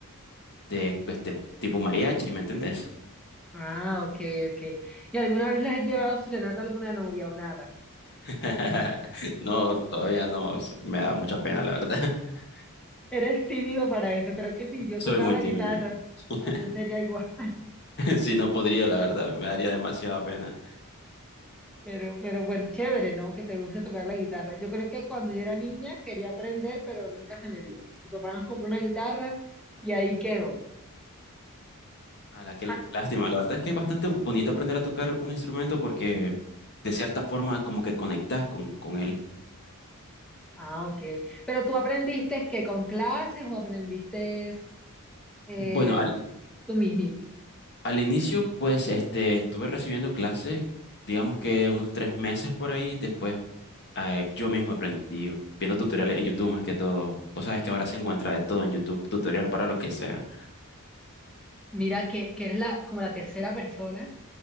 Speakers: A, on the left; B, in the centre.
A: de este tipo mariachi, ¿me entendés?
B: Ah, ok, ok. ¿Y alguna vez les has llevado serenata a alguna novia o nada?
A: <laughs> No, todavía no, s- me da mucha pena, la verdad. <laughs>
B: Eres tímido para eso, creo que si yo
A: Soy
B: tocara
A: muy
B: la
A: tímido.
B: guitarra,
A: <laughs>
B: también sería igual.
A: Si no podría, la verdad, me daría demasiada pena.
B: Pero, pero bueno, chévere, ¿no? Que te guste tocar la guitarra. Yo creo que cuando yo era niña quería aprender, pero nunca se me dio. Mi papá nos compró una guitarra y ahí quedó.
A: A la que
B: Ah,
A: lástima, la verdad es que es bastante bonito aprender a tocar un instrumento porque de cierta forma como que conectas con, con él.
B: ah, ok. Pero tú aprendiste que con clases o aprendiste eh,
A: Bueno, al,
B: tú mismo.
A: al inicio, pues, este, estuve recibiendo clases, digamos que unos tres meses por ahí. Después, eh, yo mismo aprendí viendo tutoriales en YouTube más que todo. Vos sabes que ahora se encuentra de todo en YouTube, tutorial para lo que sea.
B: Mira que, que eres la, como la tercera persona.